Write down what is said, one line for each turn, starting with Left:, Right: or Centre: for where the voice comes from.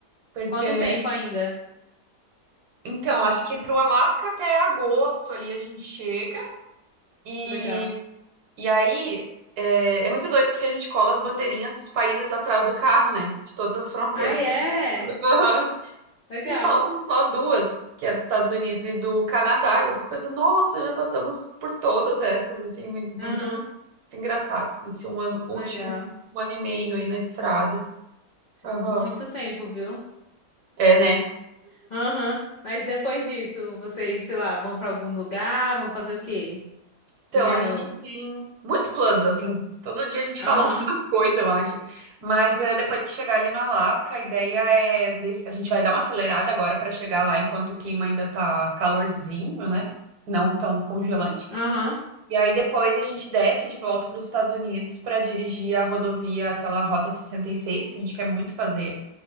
Right: Porque,
Left: Quanto tempo ainda?
Right: então, acho que pro Alasca até agosto ali a gente chega. E,
Left: Legal.
Right: e aí é, é muito doido porque a gente cola as bandeirinhas dos países atrás do carro, né? De todas as fronteiras
Left: Ah, é?
Right: que a gente cruza. <laughs>
Left: Legal.
Right: E faltam só duas, que é dos Estados Unidos e do Canadá. E eu fico pensando, nossa, já passamos por todas essas, assim, mui- muito,
Left: Aham,
Right: muito engraçado. Esse um ano, último
Left: legal.
Right: um ano e meio aí na estrada. Aham.
Left: Muito tempo, viu?
Right: É, né?
Left: Aham, mas depois disso, vocês, sei lá, vão pra algum lugar, vão fazer o quê?
Right: Então,
Left: Tem
Right: a
Left: a...
Right: gente tem muitos planos, assim. Todo dia a gente
Left: Aham,
Right: fala <laughs> alguma coisa, eu acho. Mas é, depois que chegar ali no Alasca, a ideia é... desse- A gente vai dar uma acelerada agora para chegar lá enquanto o clima ainda tá calorzinho, né? Não tão congelante.
Left: aham.
Right: E aí depois a gente desce de volta para os Estados Unidos para dirigir a rodovia, aquela Rota 66, que a gente quer muito fazer.